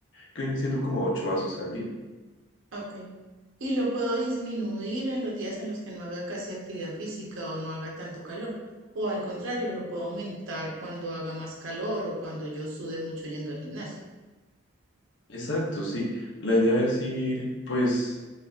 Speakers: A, on the left; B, on the right.
A: que vienen siendo como ocho vasos al día.
B: Ok. Y lo puedo disminuir en los días en los que no haga casi actividad física o no haga tanto calor. O al contrario, lo puedo aumentar cuando haga más calor o cuando yo sude mucho yendo al gimnasio.
A: Exacto, sí. La idea es ir, pues,